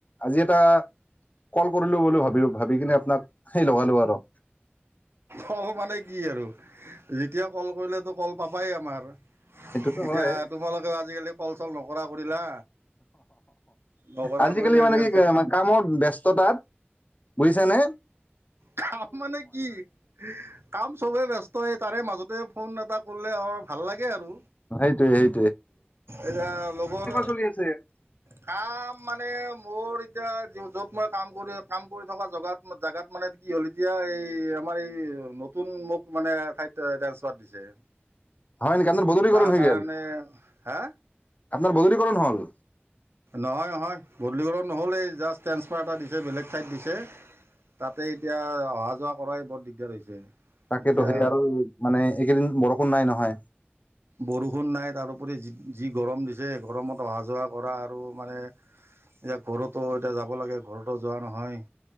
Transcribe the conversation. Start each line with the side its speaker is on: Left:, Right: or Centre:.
Left: আজি এটা কল কৰিলো বুলি ভাব ভাবি কিনে আপোনাক সেই লগা লগ আৰু
Right: কল মানে কি আৰু যেতিয়া কল কৰিলে তো কল পাবাই আমাৰ
Left: সেইটোতো
Right: এতিয়া
Left: হয়
Right: তোমালোকেও আজিকালি কল চল নকৰা কৰিলা নকৰা
Left: আজিকালি
Right: কৰিলে
Left: মানে
Right: যে
Left: কি কামৰ ব্যস্ততাত বুজিছানে নে
Right: কাম মানে কি, কাম চবে ব্যস্ত হয় তাৰে মাজতে ফোন এটা কৰিলে আমাৰ ভাল লাগে আৰু
Left: সেইটো সেই
Right: এতিয়া লগৰ,
Left: চলি আছে?
Right: কাম মানে মোৰ এতিয়া য'ত মই কাম কৰি কাম কৰি থকা জগাত জাগাত মানে কি হ'ল এতিয়া এই আমাৰ এই নতুন মোক মানে ঠাইত ট্ৰেন্সফাৰ দিছে
Left: হয় নেকি? আপোনাৰ বদলীকৰণ
Right: তাৰ
Left: হৈ
Right: কাৰণে
Left: গেল?
Right: হা?
Left: আপোনাৰ বদলীকৰণ হল?
Right: নহয় নহয় বদলীকৰণ নহ'লে জাষ্ট ট্ৰেন্ঞ্চফাৰ এটা দিছে বেলেগ ঠাইত দিছে। তাতে এতিয়া অহা -যোৱা কৰাই বৰ দিগদাৰ হৈছে
Left: তাকেতো
Right: এতিয়া
Left: সেই আৰু মানে এইকেইদিন বৰষুণ নাই নহয়।
Right: বৰষুণ নাই তাৰোপৰি যি যি গৰম দিছে। গৰমত অহা যোৱা কৰা আৰু মানে, এতিয়া ঘৰতো এতিয়া যাব লাগে ঘৰতো যোৱা নহয়।